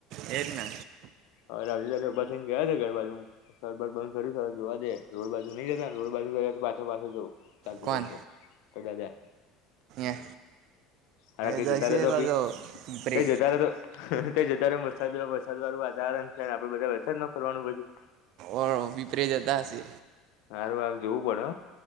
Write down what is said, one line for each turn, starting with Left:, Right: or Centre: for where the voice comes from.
Right: એજ ને.
Left: હવે દાદા દાદી ઊભા થઈન ગયા છે ઘર બાજુ. ઘર બર બંધ કર્યું સારું જોવા દે રોડ બાજુ નઈ જતાને રોડ બાજુ ગયા હોય તો પાછળ પાછળ જો. ચાલતો
Right: કોણ
Left: ચાલતો ઓ દાદા.
Right: એ
Left: હવે કઈ
Right: જશે
Left: જતાં રહેેજો
Right: કો
Left: ભઈ
Right: તો પીપરે
Left: કઈ જતા રહો છો? કંઈ જતાં રે આમ વરસાદ વરસાદવાળું વાતાવરણ છે આપડે બધાં એ વરસાદમાં ફરવાનું પછી.
Right: ઓ વિપરે જતા હશે
Left: હારું હારું જોવું પડે